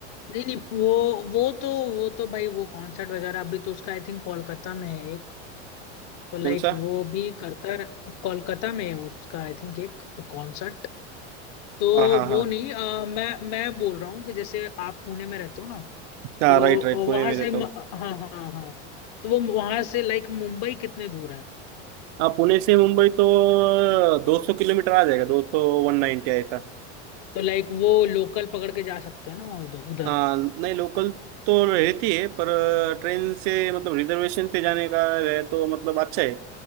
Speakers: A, on the left; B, on the right.
A: नहीं नहीं वो वो तो वो तो भाई वो कॉन्सर्ट वगैरह अभी तो उसका आई थिंक कोलकाता में है एक तो लाइक
B: कौन सा
A: वो भी करता रह- कोलकाता में है उसका आई थिंक एक कॉन्सर्ट तो
B: हाँ हाँ
A: वो
B: हाँ
A: नहीं अ, मैं मैं बोल रहा हूँ कि जैसे आप पुणे में रहते हो ना
B: हाँ
A: तो
B: राइट राइट पुणे
A: वहां
B: में
A: से
B: रहता
A: म,
B: हूँ
A: हाँ हाँ हाँ तो वो वहां से लाइक मुंबई कितने दूर है
B: हाँ पुणे से मुंबई तो दो सौ किलोमीटर आ जाएगा दो सौ वन नाइन्टी ऐसा
A: तो लाइक वो लोकल पकड़ के जा सकते हैं ना वहाँ उधर उधर
B: हाँ नहीं लोकल तो रहती है पर ट्रेन से मतलब रिजर्वेशन पे जाने का है तो मतलब अच्छा है